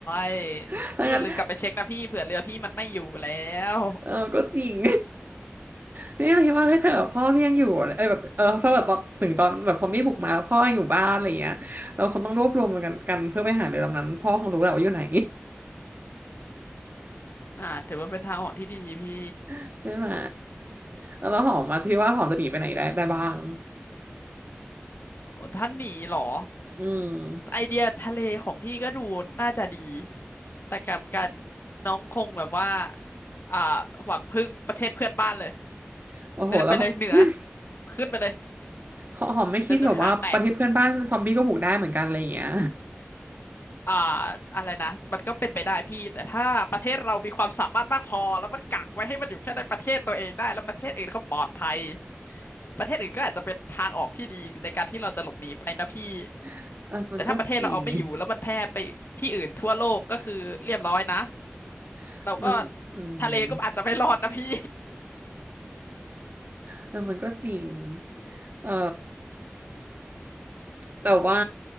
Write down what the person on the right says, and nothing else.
<laughs> ถ้างั้น
เออก็จริง เี่ยเคิดว่าเฮ้ยเธอพ่อพี่ยังอยู่เอ้แบบเออถ้าแบบถึงตอนแบบซอมบี้บุกมาแล้วพ่อยังอยู่บ้านอะไรอย่างเงี้ยเราคงต้องรวบรวมกันกันเพื่อไปหาเรือลำนั้นพ่อคงรู้แหละว่าอยู่ไหน
<laughs> ใช่ไหมแล้วหอมมาที่ว่าหอมจะหนีไปไหนได้ได้บ้าง
อืม
โอ้โหแล้ว
<laughs>
หอหอมไม่คิดหรอกว่าประเทศเพื่อนบ้านซอมบี้ก็บุกได้เหมือนกันอะไรอย่างเงี้ย
<laughs> เออมันก็จริง
<laughs>
มันอืม
เออมันก็จริงเออ แต่ว่า